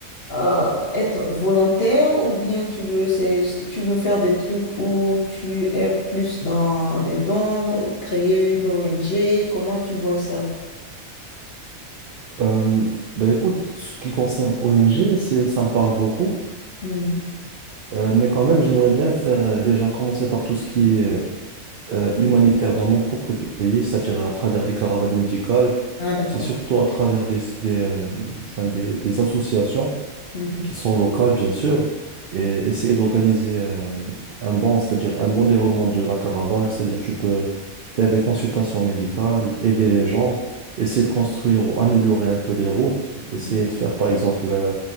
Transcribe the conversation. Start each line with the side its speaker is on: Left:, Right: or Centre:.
Left: euh, être volontaire ou bien tu veux, c'est, tu veux faire des trucs où tu es plus dans les dons, créer une ONG, comment tu vois ça?
Right: Euh, bah écoute, ce qui concerne ONG, c'est, ça me parle beaucoup,
Left: Mhm.
Right: Euh, mais quand même, j'aimerais bien faire euh, déjà commencer par tout ce qui est euh, humanitaire dans mon propre pays, c'est-à-dire à travers des caravanes médicales,
Left: Ah, d'accord.
Right: c'est surtout à travers des, des, euh, enfin, des, des associations.
Left: Mhm,
Right: qui sont locales, bien sûr, et essayer d'organiser euh, un bon, c'est-à-dire un bon déroulement de la caravane, c'est-à-dire tu peux faire des consultations médicales, aider les gens, essayer de construire ou améliorer un peu les routes,
Left: mhm.
Right: essayer de faire, par exemple, euh,